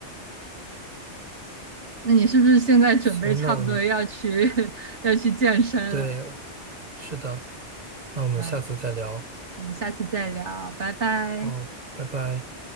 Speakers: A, on the right (about 80°); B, on the right (about 40°).
A: 那你是不是现在准备差不多要去
B: 行，那我们，
A: <laughs> 要去健身了？
B: 对，是的，那我们下次再聊。
A: 嗯。我们下次再聊，拜拜。
B: 好，拜拜。